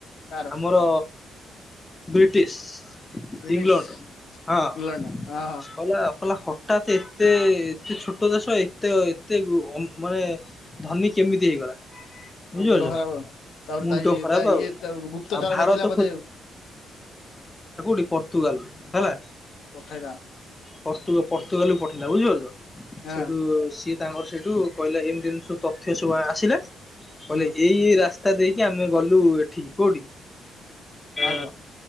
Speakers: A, on the left; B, on the left.
A: ତାର
B: ଆମର ବ୍ରିଟିଶ୍
A: ବ୍ରିଟିଶ
B: ଇଂଲଣ୍ଡ ହଁ
A: ଇଂଲଣ୍ଡ ହଁ
B: କଲା କଲା ହଠାତ୍ ଏତେ ଏତେ ଛୋଟ ଦେଶ ଏତେ ଏତେ ଉ ମାନେ ଧନୀ କେମିତି ହେଇଗଲା? ବୁଝିପାରୁଛ
A: ମୁଣ୍ଡ ଖରାପ ତାପରେ
B: ମୁଣ୍ଡ ଖରାପ
A: ତା
B: ଆଉ
A: ଇଏ ତା ଗୁପ୍ତଚର
B: ଆଉ ଭାରତ
A: ଭେଜିଲା ବୋଧେ।
B: ପର୍ତୁଗାଲ ହେଲା।
A: ପଠେଇଲା
B: ପର୍ତ ପର୍ତୁଗାଲ ପଠେଇଲା ବୁଝିପାରୁଛ?
A: ହଁ
B: ସେଇଠୁ ସିଏ ତାଙ୍କର ସେଇଠୁ କହିଲେ ଏମିତି ଏମତି ସବୁ ତଥ୍ୟ ସବୁ ଆସିଲା। କହିଲେ
A: ହୁଁ
B: ଏଇ ଏଇ ରାସ୍ତା ତା ଦେଇକି ଆମେ ଗଲୁ ଏଠିକି କୋଉଠି?
A: ଭାରତ
B: ଆ